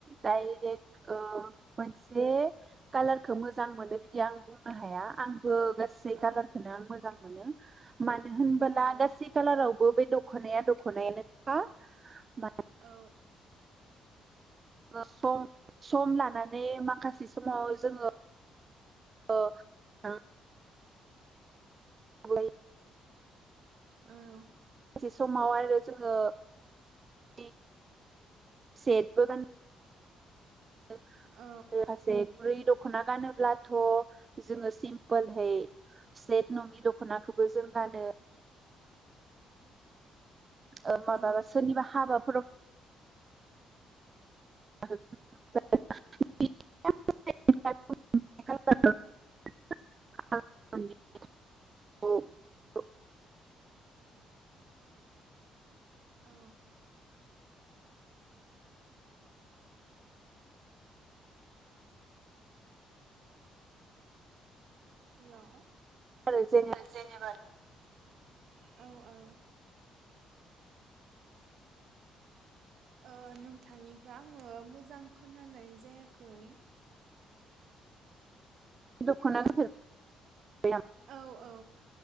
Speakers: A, on the right; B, on the right.
A: डाइरेक्ट ओ मोनसे कालारखौ मोजां मोनो। बिदि आं बुंनो हाया आं बो गासै कालारखौनो
B: औ
A: आं मोजां मोनो मा होनबोला
B: औ
A: गासै कालाराव बो बे दखनाया दखनायानो खा मा
B: औ
A: सम सम लानानै माखासे समाव जोङो <inaudible> <inaudible>
B: औ।
A: बे समाव आरो जोङो <unintelligible> सेटबो गान <inaudible>
B: औ
A: माखासे गुरै दख दखना गानोब्लाथ जोङो सिम्पोलहै सेट नङि दखनाखौबो जों गानो। ओ माबाबा
B: औ
A: सोरनिबा हाबाफोराव। <inaudible> <inaudible> <inaudible>
B: औ। हेलौ।
A: आरो जेने
B: <unintelligible> औ औ। ओ नोंथांनिखौ आङो मोजां खोनानाय जायाखै।
A: <unintelligible>
B: औ औ